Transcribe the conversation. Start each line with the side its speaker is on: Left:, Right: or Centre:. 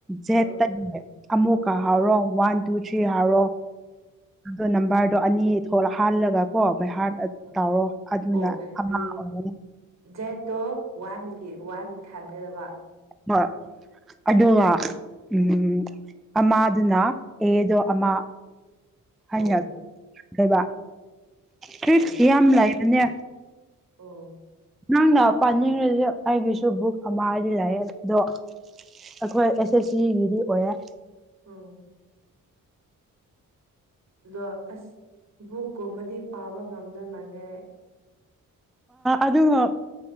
Centre: ꯖꯦꯠꯇꯒꯤ
Right: ꯎꯝ
Centre: ꯑꯃꯨꯛꯀ ꯍꯥꯎꯔꯣ ꯋꯥꯟ ꯇꯨ ꯊ꯭ꯔꯤ ꯍꯥꯎꯔꯣ ꯑꯣ ꯅꯝꯕꯔ ꯑꯗꯣ ꯑꯅꯤ ꯊꯣꯛꯂꯛ ꯍꯥꯜꯂꯒ ꯀꯣ ꯑꯩꯣꯏ ꯍꯥꯔꯠ
Right: ꯎꯝ
Centre: ꯇꯧꯔꯣ ꯑꯗꯨꯅ
Right: ꯑꯣ
Centre: ꯑꯃ
Right: ꯎꯝ
Centre: ꯑꯣꯏꯅꯤ
Right: ꯖꯦꯠꯇꯣ ꯋꯥꯟꯒꯤ ꯋꯥꯟ ꯈꯥꯟꯒꯗꯕ
Centre: ꯍ ꯑ ꯎꯝ ꯑꯃꯥꯗꯨꯅ ꯑꯦꯗꯣ ꯑꯃꯥ ꯍꯥꯏꯉ
Right: ꯑꯣ
Centre: ꯂꯩꯕ ꯇꯔꯤ
Right: ꯑꯣ
Centre: ꯌꯥꯝ ꯂꯥꯏꯕꯅꯦ
Right: ꯑꯣ
Centre: ꯅꯪꯅ ꯄꯥꯅꯤꯡꯈꯗꯤ ꯑꯩꯒꯤꯁꯨ ꯕꯨꯛ ꯑꯃ ꯍꯥꯏꯗꯤ ꯂꯩꯑꯦ ꯑꯗꯣ ꯑꯩꯈꯣꯏ ꯑꯦꯁ ꯑꯦꯁ ꯁꯤꯒꯤꯗꯤ ꯑꯣꯏꯔꯦ
Right: ꯎꯝ ꯑꯗꯣ ꯑꯁ ꯕꯨꯕꯨꯀꯨꯝꯕꯗꯤ ꯄꯥꯕ ꯉꯝꯗꯣꯏ ꯃꯥꯟꯗꯦ ꯑꯩ
Centre: ꯑꯗꯨꯒ